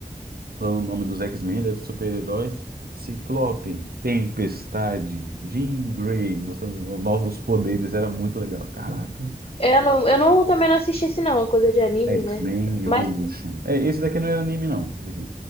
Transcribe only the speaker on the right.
Falando o nome dos X-Men, né, dos super-heróis. Ciclope, Tempestade, Jean Grey, mostrando nós os poderes, era muito legal. Caraca.
X-Men
Evolution.
É, esse daqui não é anime, não. Esse daqui.